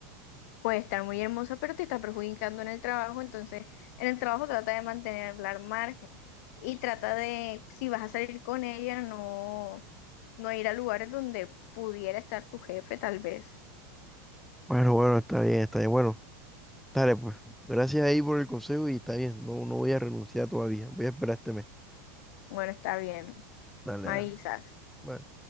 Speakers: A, on the left (about 65°); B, in the centre.
A: Puede estar muy hermosa, pero te está perjudicando en el trabajo, entonces en el trabajo trata de mantenerla al margen y trata de, si vas a salir con ella, no, no ir a lugares donde pudiera estar tu jefe, tal vez.
B: Bueno, bueno, está bien, está bien, bueno, dale pues, gracias ahí por el consejo y está bien, no, no voy a renunciar todavía, voy a esperar este mes.
A: Bueno, está bien,
B: Dale,
A: me
B: dale.
A: avisas.
B: bueno.